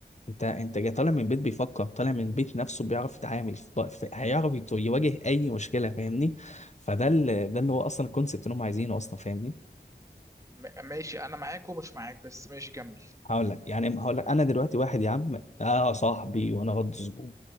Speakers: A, on the left; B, on the right.
A: انت انت جاي طالع من بيت بيفكر طالع من بيت نفسه بيعرف يتعامل في في- هيعرف يت- يواجه اي مشكله فاهمني فده ال- ده اللي هو اصلا الكونسيبت اللي هم عايزينه اصلا فاهمني
B: م- ماشي انا معاك ومش معاك بس ماشي كمل
A: هقول لك يعني هقول لك انا دلوقتي واحد يا عم اه صاحبي وانا غض زبون